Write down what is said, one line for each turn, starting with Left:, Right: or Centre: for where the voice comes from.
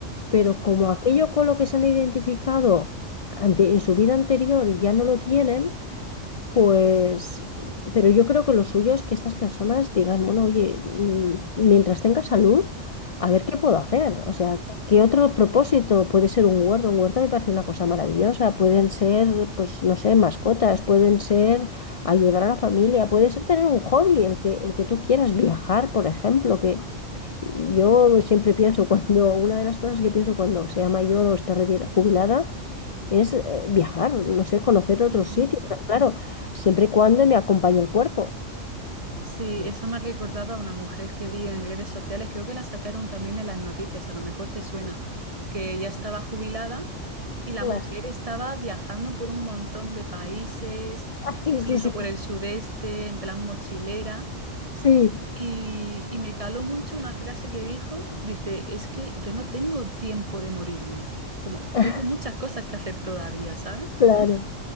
Left: pero
Right: Sí,
Left: como aquello con lo que se han identificado ante- en su vida anterior ya no lo tienen, pues, pero yo creo que lo suyo es que estas personas digan, bueno, oye, mm, mientras tenga salud, a ver qué puedo hacer. O sea, ¿qué otro propósito? Puede ser un huerto. Un huerto me parece una cosa maravillosa. Pueden ser, pues, no sé, mascotas, pueden ser ayudar a la familia, puede ser tener un hobby, el que, el que tú quieras, viajar, por ejemplo, que yo siempre pienso cuando, <laughs> una de las cosas que pienso cuando sea mayor o esté retira- jubilada, es eh, viajar, no sé, conocer otros
Right: ujú.
Left: sitios, claro, siempre y cuando me acompañe el cuerpo.
Right: Sí,
Left: Mm.
Right: eso me ha recordado a una mujer que vi en redes sociales, creo que la sacaron también en las noticias, a lo mejor te suena, que ya estaba jubilada y la
Left: Las-
Right: mujer estaba viajando por un montón de países,
Left: <laughs>
Right: incluso
Left: Sí, sí, sí,
Right: por el sudeste, en plan mochilera.
Left: sí,
Right: Y, y me caló mucho una frase que dijo, dice, es que yo no tengo tiempo de morirme, como tengo
Left: <laughs>
Right: muchas cosas que hacer todavía, ¿sabes?
Left: claro.